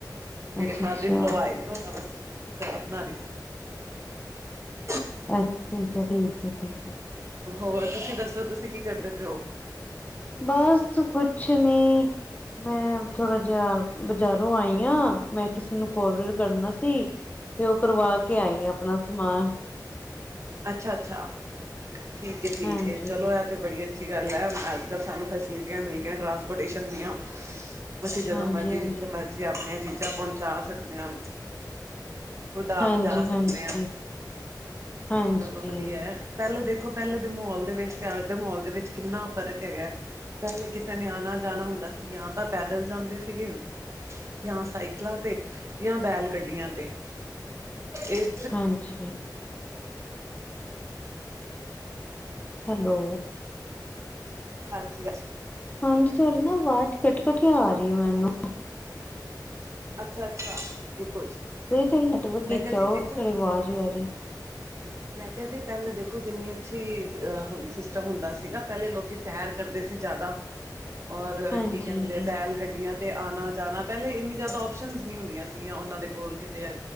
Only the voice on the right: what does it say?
ਮੇਰੇ
ਫਾਦਰ-ਇੰਨ-ਲੋ
ਆਏ ਨੇ ਹੁਣ, ਬਸ। ਚਾਹ ਬਣਾ ਰਹੀ ਸੀ।
ਹੋਰ ਤੁਸੀਂ ਦੱਸੋ ਤੁਸੀਂ ਕੀ ਕਰਦੇ ਪਿਓ
ਅੱਛਾ-ਅੱਛਾ, ਠੀਕ ਹੈ, ਠੀਕ
ਹੈ ਚਲੋ ਐ ਤੇ ਬੜੀ ਅੱਛੀ ਗੱਲ ਐ। ਅੱਜ ਕੱਲ ਸਾਨੂੰ ਫੈਸਲਿਟੀਆਂ ਮਿਲਦੀਆਂ ਟਰਾਂਸਪੋਰਟੇਸ਼ਨ ਦੀਆਂ ਅਸੀਂ ਜਦੋਂ
ਮਰਜ਼ੀ
ਜਿੱਥੇ ਮਰਜ਼ੀ ਆਪਣੀਆਂ ਚੀਜ਼ਾਂ ਪਹੁੰਚਾ ਸਕਦੇ ਓ ਖੁਦ ਆਪ
ਜਾ ਸਕਦੇ
ਆ
ਚਲੋ ਵਧੀਆ ਐ। ਪਹਿਲੇ ਦੇਖੋ, ਪਹਿਲੇ ਦੇ ਮਾਹੌਲ ਦੇ ਵਿੱਚ ਤੇ ਅੱਜ ਦੇ ਮਾਹੋਲ ਦੇ ਵਿੱਚ ਕਿੰਨਾ ਫ਼ਰਕ ਹੈਗਾ ਪਹਿਲੇ ਕਿਸੇ ਨੇ ਆਣਾ-ਜਾਣਾ ਹੁੰਦਾ ਸੀ। ਜਾਂ ਤਾਂ ਪੈਦਲ ਜਾਂਦੇ ਸੀਗੇ ਜਾਂ ਸਾਈਕਲਾਂ ਤੇ, ਜਾਂ ਬੈਲ ਗੱਡੀਆਂ ਤੇ। ਇਸ
ਹਾਂਜੀ।
ਅੱਛਾ, ਅੱਛਾ ਰੁਕੋ ਜੀ।
ਮੈਂ ਕਿਹਾ ਜੀ
ਦੇਖੋ
ਮੈਂ ਕਿਹਾ ਜੀ, ਪਹਿਲਾਂ ਦੇਖੋ ਕਿੰਨੀ ਅੱਛੀ ਸਿਸਟਮ ਹੁੰਦਾ ਸੀਗਾ। ਪਹਿਲੇ ਲੋਕੀ ਸੈਰ ਕਰਦੇ ਸੀ ਜ਼ਿਆਦਾ, ਔਰ
ਕੀ ਕਹਿੰਦੇ, ਬੈਲ ਗੱਡੀਆਂ। ਤੇ ਆਉਣਾ ਜਾਣਾ ਪਹਿਲੇ ਇੰਨੀ ਜ਼ਿਆਦਾ ਓਪਸ਼ਨ ਨਹੀਂ ਹੁੰਦੀਆਂ ਸੀਗੀਆਂ ਉਹਨਾਂ ਦੇ ਬੋਲ ਕੇ ਤੇ